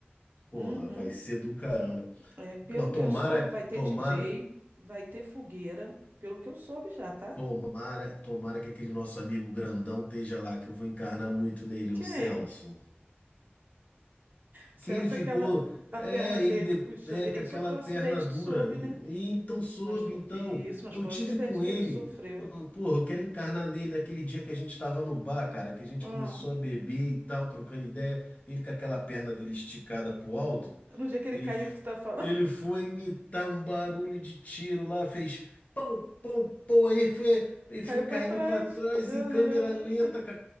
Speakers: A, on the left; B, on the right.
A: Porra,
B: Uhum.
A: vai ser do caramba.
B: É, pelo
A: Pô, tomara,
B: que eu soube, vai ter
A: tomara,
B: DJ, vai ter fogueira, pelo que eu soube já, tá?
A: tomara, tomara que aquele nosso amigo grandão esteja lá, que eu vou encarnar muito nele,
B: Quem?
A: o Celso.
B: Sensa
A: que ele ficou,
B: aquela
A: é,
B: a perna dele
A: ele de-
B: puxando.
A: é,
B: Ele
A: com aquela
B: sofreu
A: perna
B: um acidente,
A: dura.
B: tu soube,
A: E,
B: né?
A: e então soube,
B: Mas foi
A: então,
B: isso, mas
A: eu
B: foi
A: tive
B: um acidente
A: com ele.
B: que ele sofreu.
A: Eu, porra, eu quero encarnar nele aquele dia que a gente estava no bar, cara, que a gente
B: Hum.
A: começou a beber e tal, trocando ideia, ele com aquela perna dele esticada pro alto.
B: No dia que ele
A: Ele,
B: caiu,
A: f-
B: que tu tá falando,
A: ele foi imitar um barulho de tiro lá, fez pau, pau, pau, aí foi,
B: <laughs>
A: aí
B: caiu
A: foi caindo
B: pra trás.
A: para trás
B: Eu
A: em câmera
B: lembro.
A: lenta, com a